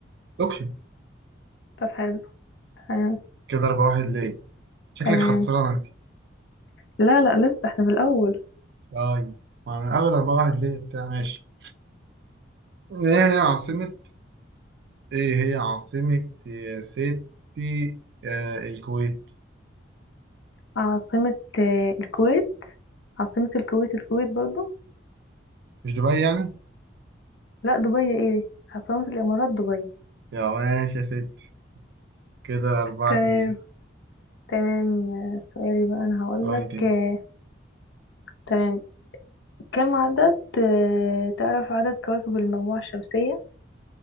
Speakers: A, on the right; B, on the left.
A: اوكي
B: طب حلو تمام
A: كده أربعة واحد ليه شكلك
B: تمام
A: خسران انت
B: لا لا لسه احنا في الأول
A: أي ما أنا أول أربعة واحد ليه بتاع ماشي ايه هي عاصمة ايه هي عاصمة يا ستي آه الكويت
B: عاصمة آه، الكويت عاصمة الكويت الكويت برضو
A: مش دبي يعني
B: لا دبي ايه عاصمة الامارات دبي
A: يا ماشي يا ستي كده أربعة
B: تمام
A: اتنين
B: تمام آه، سؤالي بقى انا هقولك
A: سؤالك انت
B: آه، تمام كم عدد آه، تعرف عدد كواكب المجموعة الشمسية